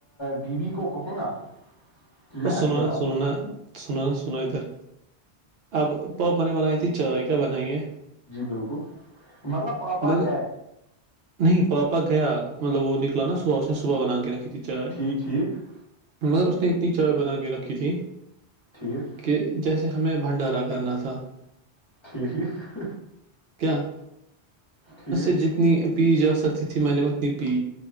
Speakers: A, on the left; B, on the right.
A: بیوی کو کہو نا کہ
B: اور
A: میں
B: سلونا
A: اکیلا
B: سلونا
A: ہوں
B: سناو سناو ادھر اب پاپ نے بنائی تھی چائے کیا بنائی ہے
A: جی بالکل مطلب پاپا
B: مگر
A: ہے
B: نہیں پاپا گیا مطلب وہ نکلا نا صبح اس نے صبح بنان کی ن کھیتی چائے
A: ٹھیک ٹھیک
B: مگر اس نے اتنی چائے بنا کے رکھی تھی
A: <unintelligible>
B: کہ جیسے ہمیں بھنڈارا کرنا تھا <unintelligible>
A: ٹھیک ٹھیک ٹھیک
B: اتنی پی جا سکتی تھی میں نے اتنی پی